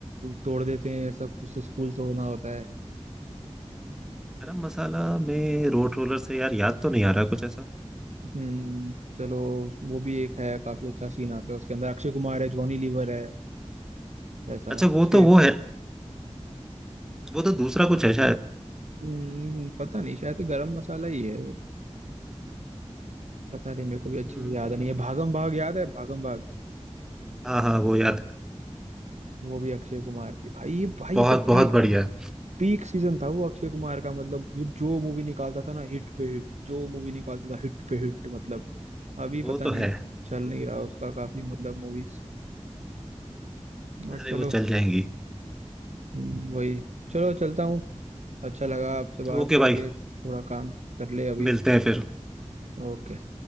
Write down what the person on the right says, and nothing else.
तोड़ देते हैं ऐसा कुछ तो स्कूल तोड़ना होता है
हम्म चलो वो भी एक है काफी अच्छा सीन आता है उसके अंदर अक्षय कुमार है जॉनी लीवर है वैसा
उसके
हम्म, पता नहीं शायद तो गरम मसाला ही है पता नहीं मेरे को भी अच्छे
से याद नहीं है भागम भाग याद है भागम भाग
वो भी अक्षय कुमार की भाई ये भाई
ये सब
पीक
पीक सीजन था वो अक्षय कुमार का मतलब वो जो मूवी निकालता था ना हिट पे हिट जो मूवी निकालता था हिट पे हिट मतलब अभी
पता
नहीं
चल नहीं रहा उसका काफी मतलब मूवीज और
चलो
हम्म, वही चलो चलता हूँ अच्छा लगा आपसे बात
करके
थोड़ा काम कर ले अभी
ओके